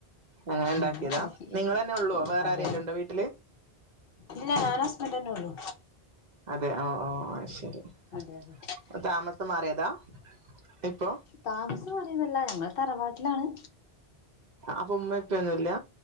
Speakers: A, on the right (about 50°); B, on the left (about 65°).
A: അങ്ങനെണ്ടാക്കിയെതാ
B: അങ്ങനെ ഉണ്ടാക്കി
A: നിങ്ങളെന്നെള്ളൊ വേറാരേലുണ്ടോ
B: അതെ
A: വീട്ടില്?
B: ഇല്ല ഞാനും ഹസ്ബന്റെന്നൊള്ളു
A: അതെ ഓ ഓ അഹ്ശെരി
B: അതെ അതെ
A: പ്പതാമസം മാറിയതാ ഇപ്പൊ
B: താമസം മാറിയൊന്നുവല്ല ഞങ്ങള് തറവാട്ടിലാണ്
A: അപ്പൊ ഉമ്മയുപ്പിയൊന്നുല്ല?